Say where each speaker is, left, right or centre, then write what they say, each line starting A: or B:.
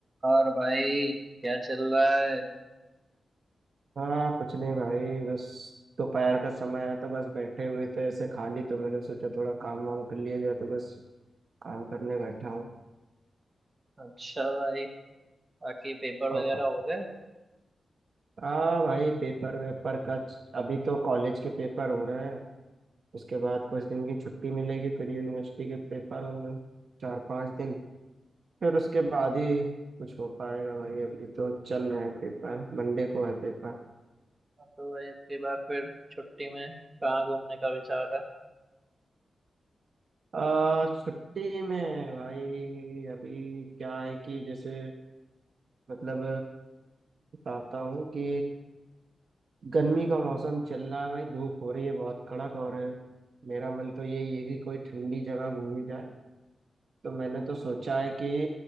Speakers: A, on the right (about 25°); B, on the right (about 60°).
A: और भाई क्या चल रहा है
B: हाँ कुछ नहीं भाई बस दोपहर का समय है तो बस बैठे हुए थे ऐसे खाली तो मैंने सोचा थोड़ा काम वाम कर लिया जाए तो बस काम करने बैठा हूँ
A: अच्छा भाई बाकी पेपर
B: और
A: वगैरह हो गए
B: हाँ भाई पेपर वेपर का अभी तो कॉलेज के पेपर हो रहे हैं उसके बाद कुछ दिन की छुट्टी मिलेगी फिर यूनिवर्सिटी के पेपर होंगे चार पांच दिन फिर उसके बाद ही कुछ हो पाएगा भाई अभी तो चल रहे हैं पेपर मंडे को है पेपर
A: हाँ तो भाई अगली बार फिर छुट्टी में कहाँ घूमने का विचार है
B: आ छुट्टी में भाई अभी क्या है कि जैसे मतलब बताता हूँ कि गर्मी का मौसम चल रहा है भाई धूप हो रही है बहुत कड़क और मेरा मन तो यही है कि कोई ठंडी जगह घूमी जाए तो मैंने तो सोचा है कि